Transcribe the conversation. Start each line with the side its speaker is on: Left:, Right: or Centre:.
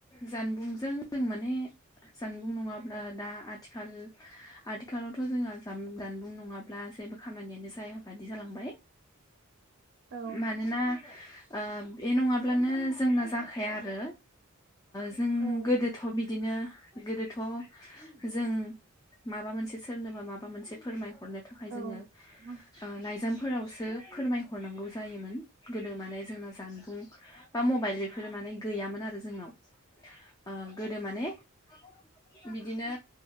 Left: जानबुंजों जों माने जानबुं नङाब्ला दा आथिखाल आथिखालावथ जोंहा जानबुं नङाब्ला जेबो खामानियानो जायाबादि जालांबाय
Right: औ
Left: मानोना आ बे नङाब्लानो जोंना जाखाया आरो जों
Right: औ
Left: गोदोथ बि दिनो गोदोथ जों माबा मोनसे सोरनोबा माबा मोनसे फोरमाय हरनो थाखाय
Right: औ।
Left: जोङो ओ लायजाम फोरावसो फोरमायहरनांगौ जायोमोन गोदो माने जोंना जान बुं बा मबाइल बिफोरो माने गैयामोन आरो जोंनाव ओ गोदो माने <inaudible> बिदिनो